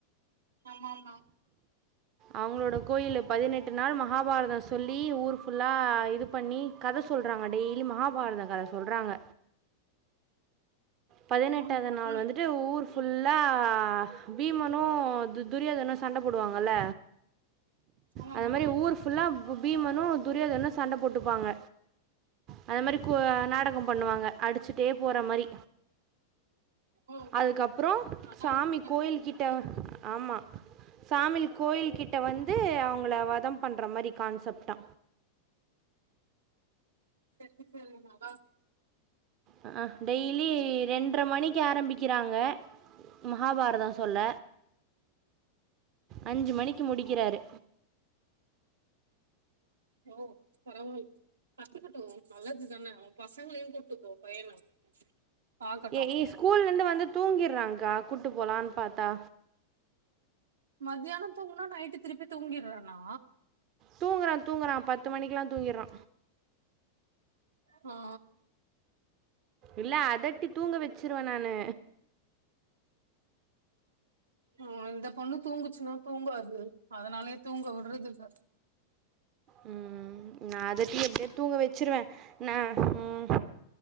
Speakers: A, on the right (about 70°); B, on the right (about 35°).
A: ஆமாம்மா
B: அவ்ங்களோட கோயிலு பதினெட்டு நாள் மகாபாரத சொல்லி ஊர் ஃபுல்லா இதுப் பண்ணி கத சொல்கறாங்க டெய்லி மகாபாரத கத சொல்றாங்க பதினெட்டாவ்து
A: ம் பரவால்லையே
B: நாள் வந்துட்டு ஊர் ஃபுல்லா பீமனு து துரியோதனு சண்ட போடுவாங்கல்ல
A: ஆமாமா
B: அந்த மாரி ஊரு ஃபுல்லா பீ பீமனு துரியோதனு சண்ட போட்டுப்பாங்க அந்த மாரி கோ நாடக பண்ணுவாங்க அடிச்சுட்டே போற மாரி
A: ஓ
B: அதுக்கப்றோ
A: நல்லா
B: சாமி
A: இருக்குல்ல
B: கோயில்கிட்ட
A: ம்
B: ஆமா சாமில் கோயில் கிட் ட்ட வந்து அவுங்கள வதம் பண்ற மாரி கான்செப்ட்டா
A: சேரி சேரி மகா
B: அ ஆ டெய்லி ரெண் ட்ர மணிக்கு ஆரம்பிக்கிறாங்க மகாபாரத சொல்ல அஞ்சு மணிக்கு முடிக்கிறாரு
A: <unintelligible> கத்துக்குட்டு நல்லது தான அவ பசங்லயு கூப்ட்டுக்கோ பையன பாக்கட்டு
B: ஏ ஹி ஸ்கூல்லருந்து வந்து தூங்கிறாங்க்கா கூட்டு போலான் பாத்தா
A: மத்யான தூங்குனா நைட்டு திருப்பி தூங்கிர்றானா
B: தூங்குறா தூங்குறா பத்து மணிக்லா தூங்கிர்றா
A: நா
B: இல்ல அதட்டி தூங்க வெச்சிருவே நானு
A: ஓ இந்த பொண்ணு தூங்குச்சுனா தூங்காது அதனாலயே தூங்க வுட்றதுல்ல
B: ம் நா அதட்டி எப்டியாவ்து தூங்க வெச்சிருவே நா ம்